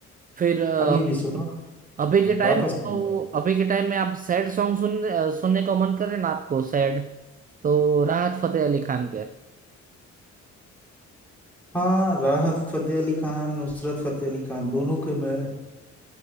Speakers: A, on the right; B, in the centre.
A: फिर अ,
B: अभी भी सुनो
A: अभी के टाइम
B: वापस
A: में
B: नहीं
A: तो
B: जाते।
A: अभी के टाइम में आप सैड सॉन्ग सुन अ, सुनने को मन करे ना आपको सैड तो राहत फतेह अली खान के
B: हाँ राहत फतेह अली खान नुसरत फतेह अली खान दोनों के मैं